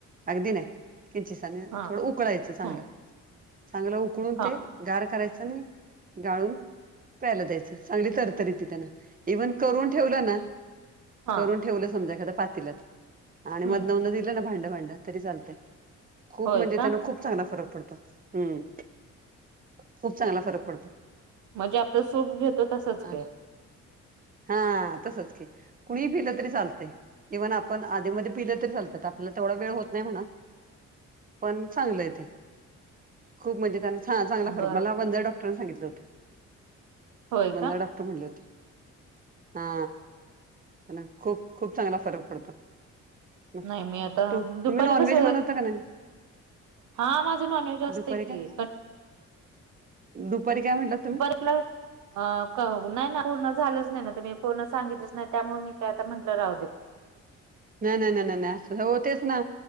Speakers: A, on the right; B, on the right.
A: अगदी नाही. किंचिसानी
B: हा
A: थोडं उकळायचं चांगलं
B: ह
A: चांगलं उकळून
B: हा
A: ते गार करायचा नाही गाळून प्यायला द्यायचं चांगली तरतरी ती त्यांना इव्हन करून ठेवलं ना
B: हा
A: करून ठेवलं समजा एखाद्या पातीीलत आणि
B: हम्म
A: मधन मध दिलं ना भांडं भांडं तरी चालतय खूप
B: होय
A: म्हणजे
B: का
A: त्यान खूप चांगला फरक पडतो हम् खूप चांगला फरक पडतो.
B: म्हणजे आपलं सुप घेतो तसंच
A: अ
B: की
A: हा तसच की कुणी पिलत तरी चालतय इव्हन आपण आधी पलं तरी चाल आपल्याला तेवडा वेळ होत नाही म्हणा पण चांगलंय ते खूप म्हणजे त्यांन हां चांगला फरक
B: बर
A: मला वंदेर डॉक्टर सांगितलं होतं
B: होय
A: वंदर
B: का
A: डॉक्टर डॉक्टर म्हणूनले होते हा त्यांन खूप खूप चांगला फरक पडतो. मग
B: नाही मी आता
A: तू
B: दुपारी
A: तुम्ही नॉनव्हेज
B: कस
A: बनवता का नाही
B: हा माझ नॉनव्हेज असते
A: दुपारी
B: की
A: काय दुपारी काय म्हटलात तुम्ही
B: दुपारीला अ नाही ना पूर्ण झालंच नाही ना तर मी पूर्ण सांगितलंच नाही त्यामुळे मी काय आता म्हंटलं राहू दे
A: नाही नाही नाही अस होतेच ना